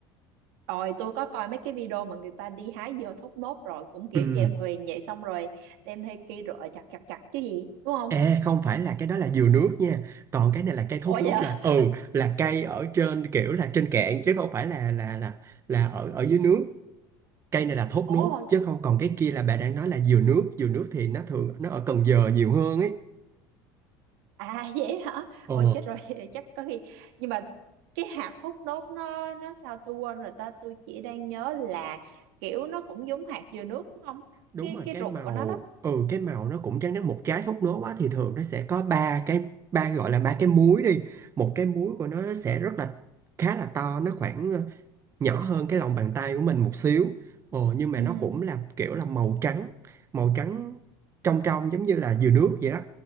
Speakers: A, on the right; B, on the right.
A: rồi tôi có coi mấy cái video mà người ta đi hái dừa thốt nốt rồi cũng kiểu
B: Ừ.
A: chèo thuyền vậy xong rồi đem theo cây rựa chặt chặt chặt chứ gì đúng không
B: Ê, không phải là cái đó là dừa nước nha còn cái này là cây thốt
A: ủa
B: nốt
A: vậy
B: là ừ
A: <laughs>
B: là cây ở trên kiểu là trên cạn chứ không phải là là là là ở ở dưới nước cây này là thốt
A: ồ
B: nốt chứ không còn cái kia là bà đang nói là dừa nước dừa nước thì nó thường nó ở Cần Giờ nhiều hơn ấy
A: À <laughs> vậy hả?
B: ờ
A: Ôi chết rồi vậy chắc có khi nhưng mà cái hạt hút nốt nó nó sao tôi quên rồi ta tôi chỉ đang nhớ là kiểu nó cũng giống hạt dừa nước đúng không?
B: đúng
A: Cái
B: rồi
A: cái
B: cái
A: ruột
B: màu
A: của nó đó.
B: ừ cái màu nó cũng trắng trắng một trái thốt nốt á thì thường nó sẽ có ba cái ba gọi là ba cái múi đi một cái múi của nó sẽ rất là khá là to nó khoảng ờ, nhỏ hơn cái lòng bàn tay của mình một xíu ờ, nhưng mà
A: Ừ.
B: nó cũng là kiểu là màu trắng màu trắng trong trong giống như là dừa nước vậy đó